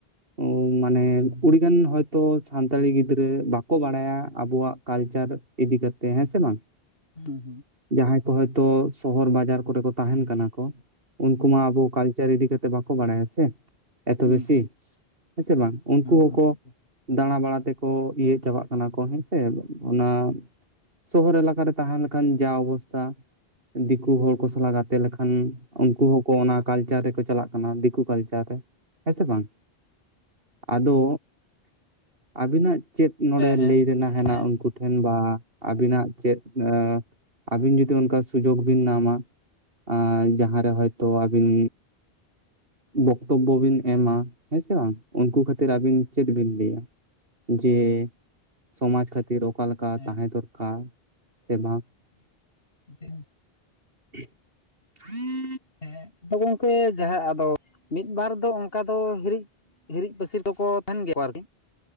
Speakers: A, on the right; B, on the left.
A: ᱳ ᱢᱟᱱᱮ ᱩᱲᱤᱜᱟᱱ ᱦᱚᱭᱛᱚ ᱥᱟᱱᱛᱟᱞᱤ ᱜᱤᱫᱽᱨᱟᱹ ᱵᱟᱠ ᱠᱚ ᱵᱟᱲᱟᱭᱟ ᱟᱵᱚᱣᱟᱜ ᱠᱟᱞᱪᱟᱨ ᱤᱫᱤ ᱠᱟᱛᱮ, ᱦᱮᱸ ᱥᱮ ᱵᱟᱝ?
B: ᱦᱩᱸ ᱦᱩᱸ᱾
A: ᱡᱟᱦᱟᱭ ᱠᱚ ᱦᱚᱭᱛᱚ ᱥᱚᱦᱚᱨ ᱵᱟᱡᱟᱨ ᱠᱚᱨᱮ ᱠᱚ ᱛᱟᱦᱮᱱ ᱠᱟᱱᱟ ᱠᱚ᱾ ᱩᱱᱠᱩ
B: ᱦᱩᱸ
A: ᱢᱟ ᱟᱵᱚ ᱠᱟᱞᱪᱟᱨ ᱤᱫᱤ ᱠᱟᱛᱮ ᱵᱟᱠᱚ ᱵᱟᱲᱟᱭᱟ ᱥᱮ᱾ ᱮᱛᱚ
B: ᱦᱩᱸ
A: ᱵᱮᱥᱤ ᱦᱮᱸ ᱥᱮ ᱵᱟᱝ, ᱩᱱᱠᱩ ᱦᱚᱠᱚ
B: ᱵᱟᱝ ᱜᱚᱝᱠᱮ
A: ᱫᱟᱲᱟ ᱵᱟᱲᱟ ᱛᱮᱠᱚ ᱤᱭᱟᱹ ᱪᱟᱵᱟᱜ ᱠᱟᱱᱟ ᱠᱚ ᱦᱮᱸᱥᱮ, ᱚᱱᱟ ᱥᱚᱦᱚᱨ ᱮᱞᱟᱠᱟ ᱨᱮ᱾ ᱛᱟᱦᱮᱸ ᱞᱮᱠᱷᱟᱱ ᱡᱟ ᱚᱵᱚᱥᱛᱟ ᱫᱤᱠᱩ ᱦᱚᱲ ᱠᱚ ᱥᱟᱞᱟᱜ ᱜᱟᱛᱮ ᱞᱮᱠᱷᱟᱱ᱾ ᱩᱱᱠᱩ ᱦᱚᱸᱠᱚ ᱚᱱᱟ ᱠᱟᱞᱪᱟᱨ ᱨᱮᱠᱚ ᱪᱟᱞᱟᱜ ᱠᱟᱱᱟ ᱫᱤᱠᱩ ᱠᱟᱞᱪᱟᱨ ᱨᱮ ᱦᱮᱸ ᱥᱮ ᱵᱟᱝ? ᱟᱫᱚ ᱟᱵᱤᱱᱟᱜ ᱪᱮᱫ ᱱᱚᱰᱮ
B: ᱦᱮᱸ
A: ᱞᱟᱹᱭ ᱨᱮᱱᱟᱜ ᱦᱮᱱᱟᱜ
B: ᱦᱮᱸ
A: ᱩᱱᱠᱩᱫ ᱴᱷᱮᱱ ᱵᱟ ᱟᱹᱵᱤᱱᱟᱜ ᱪᱮᱫ ᱮ ᱟᱹᱵᱤᱱ ᱡᱩᱫᱤ ᱚᱱᱠᱟ ᱥᱩᱡᱳᱜ ᱵᱤᱱ ᱧᱟᱢᱟ ᱟ ᱡᱟᱸᱦᱟᱸᱨᱮ ᱦᱚᱭᱛᱚ ᱟᱹᱵᱤᱱ ᱵᱚᱠᱛᱚᱵᱵᱚ ᱵᱤᱱ ᱮᱢᱟ ᱦᱮᱸᱥᱮ ᱵᱟᱝ ᱩᱱᱠᱩ ᱠᱷᱟᱹᱛᱤᱨ ᱟᱹᱵᱤᱱ ᱪᱮᱫ ᱵᱤᱱ ᱞᱟᱹᱭᱟ? ᱡᱮ ᱥᱚᱢᱟᱡᱽ ᱠᱷᱟᱹᱛᱤᱨ ᱨᱚ ᱚᱠᱟᱞᱮᱠᱟ
B: ᱦᱮᱸ
A: ᱛᱟᱦᱮᱸ ᱫᱚᱨᱠᱟᱨ ᱥᱮ ᱵᱟᱝ
B: ᱦᱮᱸ
A: <unintelligible>
B: ᱦᱮᱸ ᱟᱫᱚ ᱜᱚᱝᱠᱮ ᱡᱟᱦᱟᱸ ᱟᱫᱚ ᱢᱤᱫ ᱵᱟᱨ ᱫᱚ ᱚᱱᱠᱟ ᱫᱚ ᱦᱤᱨᱤᱡ ᱦᱤᱨᱤᱡ ᱯᱟᱹᱥᱤᱨ ᱫᱚᱠᱚ ᱛᱟᱦᱮᱱ ᱜᱮᱭᱟ ᱟᱨᱠᱤ